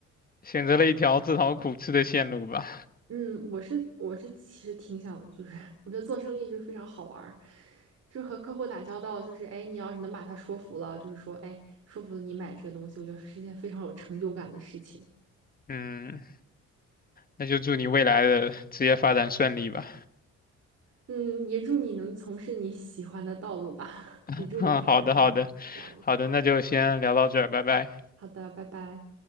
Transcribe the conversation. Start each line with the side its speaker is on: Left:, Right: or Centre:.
Left: 选择了一条自讨苦吃的线路吧。
Right: 嗯，我是我是其实挺想，就是 <laughs> 我觉得做生意就是非常好玩儿，就是和客户打交道，就是哎，你要是能把他说服了，就是说哎，说服了你买这个东西，我觉得是一件非常有成就感的事情。
Left: 嗯，那就祝你未来的职业发展顺利吧。
Right: 嗯，也祝你能从事你喜欢的道路吧，<laughs>
Left: <laughs>
Right: 也祝你发展顺利。
Left: 嗯，好的，好的，
Right: 这样的。
Left: 好的，那就先聊到这儿，拜拜。
Right: 好的，拜拜。